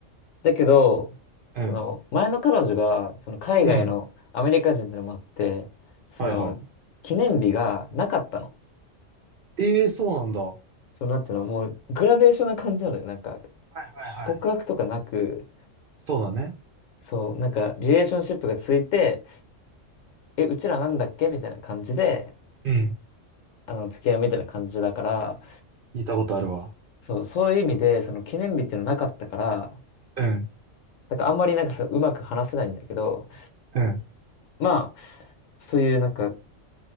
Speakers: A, on the left (about 80°); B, on the right (about 60°).
A: だけど、
B: うん。
A: その、
B: うん。
A: 前の彼女が、その海外のアメリカ人ってのもあって、
B: うん。
A: その、
B: はいはい。
A: 記念日がなかったの。
B: ええ、そうなんだ。はい
A: その、なんていうの、もうグラデーションな感じなのよ。なんか、
B: はいはい。
A: 告白とかなく、
B: そうだね。
A: そう、なんか、リレーションシップがついて、え、うちらなんだっけみたいな感じで、
B: うん。
A: あの、付き合いみたいな感じだから、
B: 聞いたことあるわ。
A: そう、そういう意味で、その記念日っていうのなかったから、
B: うん。
A: なんかあんまりなんかそう、うまく話せないんだけど、
B: うん。
A: まあ、そういうなんか、